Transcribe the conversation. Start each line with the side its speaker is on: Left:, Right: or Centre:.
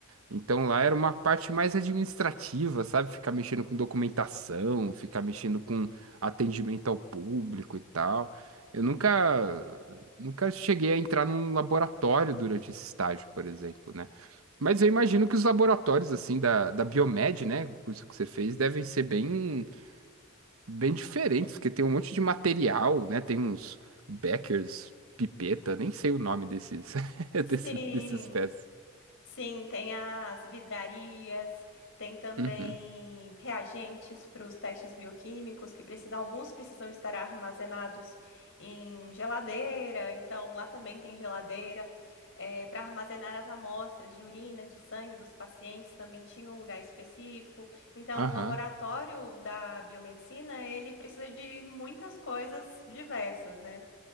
Right: Então lá era uma parte mais administrativa, sabe? Ficar mexendo com documentação, ficar mexendo com atendimento ao público e tal. Eu nunca, nunca cheguei a entrar num laboratório durante esse estágio, por exemplo, né? Mas eu imagino que os laboratórios, assim, da, da Biomed, né? O curso que você fez, devem ser bem, bem diferentes, porque tem um monte de material, né? Tem uns Beckers, pipeta, nem sei o nome desses, <laughs>
Left: Sim.
Right: desses, dessas peças.
Left: Sim, tem as vidrarias, tem também
Right: Uhum.
Left: reagentes para os testes bioquímicos que precisam, alguns precisam estar armazenados em geladeira, então lá também tem geladeira. É, para armazenar as amostras de urina, de sangue dos pacientes, também tinha um lugar específico. Então,
Right: Aham.
Left: o laboratório da biomedicina, ele precisa de muitas coisas diversas, né?